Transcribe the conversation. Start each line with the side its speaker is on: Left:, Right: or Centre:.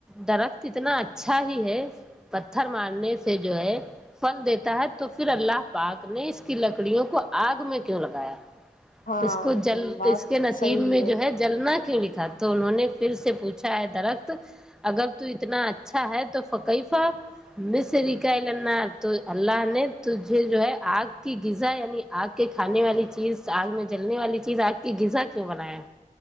Centre: درخت اتنا اچھا ہی ہے پتھر مارنے سے جو ہے فھل دیتا ہے تو پھر اللہ پاک نے اس کی لکڑیوں کو آگ میں کیوں لگایا
Left: ہاں
Centre: اس کو جل
Left: بات
Centre: اس کے نصیب
Left: صحیح
Centre: میں جو ہے جلنا کیوں لکھا تو انہوں نے پھر سے پوچھا ہے درخت اگر تو اتنا اچھا ہے تو فقیفہ مس رار تو اللہ نے تجھے جو ہے آگ کی غذا یعنی آگ کے کھانے والی چیز آگ میں جلنے والی چیز آگ کی غذا کیوں بنایا